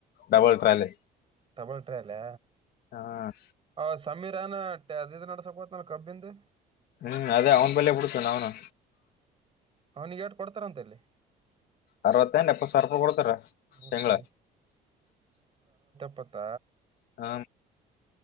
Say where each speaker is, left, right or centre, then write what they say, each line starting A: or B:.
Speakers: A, on the left; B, on the right.
A: ಡಬಲ್ ಟ್ರಾಲಿ
B: ಡಬಲ್ ಟ್ರಾಲೀ
A: ಹ್ಮ್
B: ಅವ ಸಮೀರಾನ ಅವ ಇದು ನಡಸಕುಂತನ್ ಕಬ್ಬಿಂದೆ
A: ಹ್ಮ್ ಅದೇ ಅವ್ನ್ ಬಲ್ಲೆ ಬಿಡ್ತೇವಿ ನಾವುನೂ
B: ಅವನಿಗೆ ಏಟ್ ಕೊಡ್ತಾರ ಅಂತಲ್ಲಿ
A: ಅರವತ್ತೆಟ್ ಎಪ್ಪತ್ತು ಸಾವಿರ ರೂಪಾಯಿ ಕೊಡ್ತಾರ
B: ನೋಡ್ತೀನಿ
A: ತಿಂಗಳ
B: ಪ್ಪತ್ತ
A: ಹ